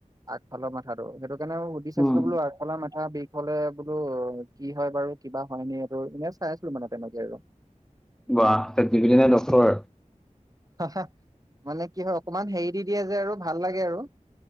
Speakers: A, on the right (about 25°); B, in the centre.
A: আগফালৰ মাথাটো, সেইটো কাৰণে সুধি চাইছো
B: উম
A: বোলো আৰু কলা মাথ, বিষ হ'লে বোলো কি হয়, বাৰু কিবা হয় নি, সেইটো এনে চাই আছিলো মানে তেনেকে আৰু।
B: বাহ, <inaudible>
A: <inaudible> মানে কি হয়, অকমান হেৰি দি দিয়ে যে, আৰু ভাল লাগে আৰু।